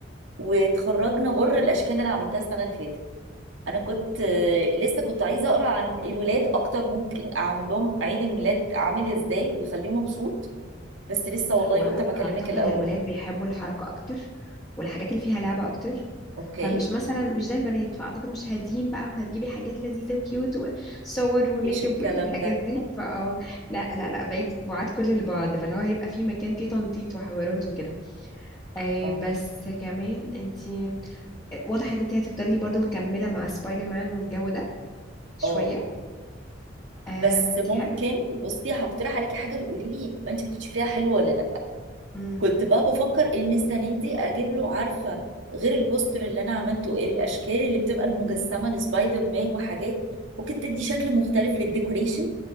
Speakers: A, on the right; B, on the left.
A: وتخرجنا بره الأشكال اللي أنا عملتها السنة اللي فاتت أنا كنت آه، لسه كنت عايزة أقرأ عن الولاد أكتر ممكن أعمل لهم عيد الميلاد عامل إزاي ويخليه مبسوط بس لسه والله
B: هو
A: قلت ما أكلمك
B: أعتقد
A: الأول
B: الولاد بيحبوا الحركة أكتر والحاجات اللي فيها لعبة أكتر
A: أوكي
B: فمش مثلا مش زي البنات فأعتقد مش هادين بقى وهتجيبي حاجات لذيذة وكيوت وصور وميك
A: مفيش الكلام
B: اب والحاجات
A: ده
B: دي فأه لا لا لا بعيد بعاد كل البعد فلو هيبقى في مكان فيه تنطيط وحوارات وكده أي
A: اه
B: بس كمان انتي واضح ان انتي هتفضلي برضو مكملة مع سبايدر مان والجو ده شوية
A: اه
B: أم...
A: بس
B: انتي
A: ممكن
B: ه-
A: بصي هقترح عليكي حاجه تقولي لي انت ما كنتش فيها حلوه ولا لا
B: مم.
A: كنت بقى بفكر ان السنه دي اجيب له عارفه غير البوستر اللي انا عملته الاشكال اللي بتبقى المجسمه لسبايدر مان وحاجات ممكن تدي شكل مختلف للديكوريشن